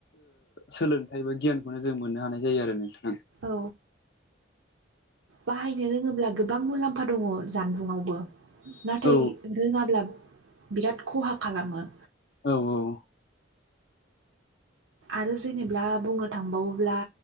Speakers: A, on the left; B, on the right.
A: सोलोंथाइ बा गियानखौनो जों मोननो हानाय जायो आरो ना
B: औ बाहायनो रोङोब्ला गोबां मुलाम्फा दङ जानबुंआवबो नाथाय
A: औ
B: रोङाब्ला बिराद खहा खालामो
A: औ औ
B: आरो जेनोबा बुंनो थांबावोब्ला